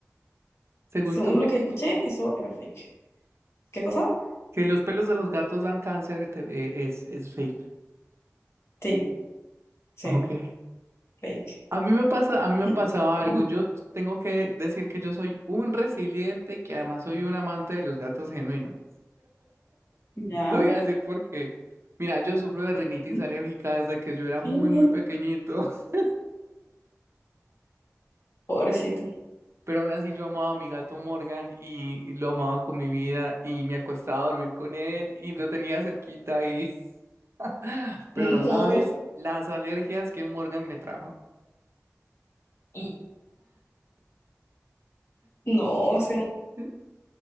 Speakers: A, on the right; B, on the left.
A: según
B: según
A: tú qué,
B: lo que escuché, eso era fake. ¿Qué cosa?
A: que los pelos de los gatos dan cáncer, te- eh, es, es fake.
B: Sí, sí,
A: Ok.
B: fake.
A: A mí me pasa, a mí
B: <clears throat>
A: me pasaba
B: <laughs>
A: algo.
B: Mm.
A: Yo t- tengo que decir que yo soy un resiliente y que además soy un amante de los gatos genuino.
B: Ya.
A: Te voy a decir por qué. Mira, yo sufro de rinitis
B: Ujú.
A: alérgica desde que yo era muy,
B: Y-
A: muy pequeñito, <laughs>
B: Pobrecito.
A: pero aún así yo amaba a mi gato Morgan y lo amaba con mi vida y me acostaba a dormir con él y lo tenía cerquita y... <laughs> Pero
B: No,
A: no sabes las alergias que Morgan me trajo.
B: y- no, o sea, un
A: <laughs>